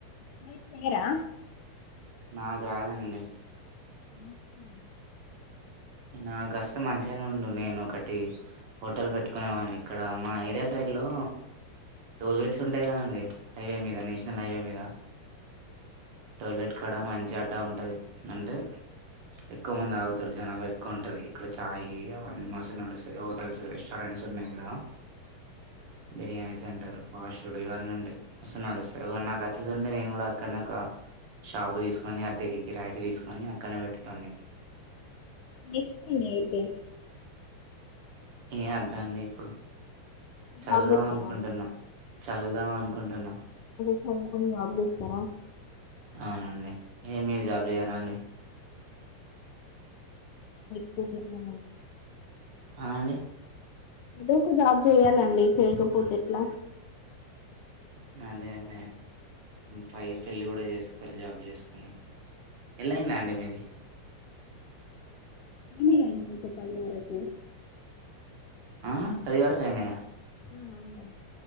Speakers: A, on the left (about 45°); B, on the right (about 45°).
A: మీ చేరా
B: నాకు రాదండి
A: అ
B: నాకుస్త మంచిగానే ఉండు నేను ఒకటి హోటల్ పెట్టుకునేవాడిని ఇక్కడ మా ఏరియా సైడ్ లో టోల్ గేట్స్ ఉంటాయి కదండి హైవే మీద నేషనల్ హైవే మీద పల్లెట్ కడ మంచి అడ్డ ఉంటుందింటే ఎక్కువ మంది ఆగుతారు జనాభా ఎక్కువ ఉంటుంది ఇక్కడ చాయ్ అవన్నీ మస్తు నడుస్తాయి హోటల్స్ రెస్టారెంట్స్ ఉన్నాయి ఇక్కడ బిర్యానీ సెంటర్ ఫాస్ట్ ఫుడ్ ఇవన్నీ ఉంటాయి మస్తు నడుస్తాయి అ నాకు వచ్చేది ఉంటే నేను కూడా అక్కడ ఒక షాపు తీసుకొని అద్దెగి కిరాయికి తీసుకొని అక్కనే పెట్టడంన్ని
A: ఎసుకుడి అతే
B: ఏ వద్ద అండి ఇప్పుడు చదువుదాం
A: జాబ్ చేస్తారా
B: అనుకుంటున్నా
A: అండి
B: చదుదాం అనుకుంటున్నా
A: అ ఆ బారా
B: అవునండి ఏ మీరు జాబ్ చేయ్యారా అండి
A: పోట్లా
B: అనండి
A: ఏదో ఒక జాబ్ చెయాలండి చేేయకపోతే ఎట్లా
B: అదే అదే పై పెళ్ళి కూడా చేసుకోవాలి జాబ్ చేసుకని ఎలాయిందా అండి మీది
A: అన్న నాకు పదిహారకు
B: ఆ కదివర క అయినాయా
A: ఆ అవునా